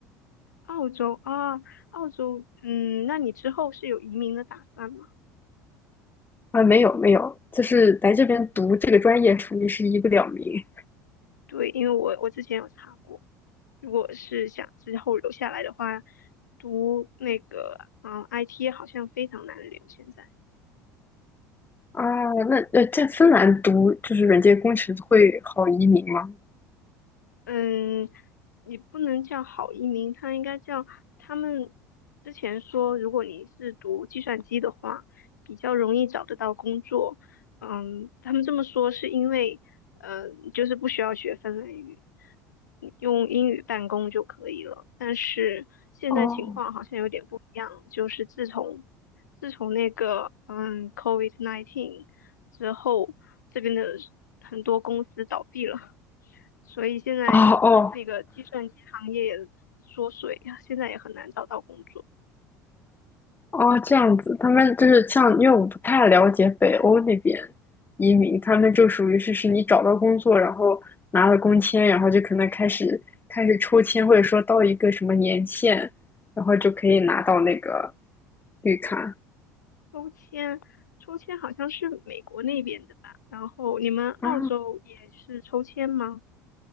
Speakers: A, on the left; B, on the left.
A: 澳洲啊，澳洲，嗯，那你之后是有移民的打算吗？
B: 啊，没有没有，就是来这边读这个专业，属于是一个了名
A: 对，因为我我之前有查过。如果是想之后留下来的话，读那个嗯 IT 好像非常难留现在。
B: 啊。那呃，在芬兰读就是软件工程会好移民吗？
A: 嗯，你不能叫好移民，他应该叫他们之前说，如果你是读计算机的话，比较容易找得到工作。嗯，他们这么说是因为，呃，就是不需要学芬兰语，你用英语办公就可以了。但是现在情况好像有点不一样，
B: 哦
A: 就是自从自从那个嗯 c o v i d nineteen 之后，这边的很多公司倒闭了。所以现在那个计算机行业也缩水呀，
B: 哦哦，
A: 现在也很难找到工作。
B: 哦，这样子，他们就是像，因为我不太了解北欧那边移民，他们就属于是是你找到工作，然后拿了工签，然后就可能开始开始抽签，或者说到一个什么年限，然后就可以拿到那个绿卡。
A: 抽签，抽签好像是美国那边的吧？然后你们澳洲也是抽签吗？
B: 啊，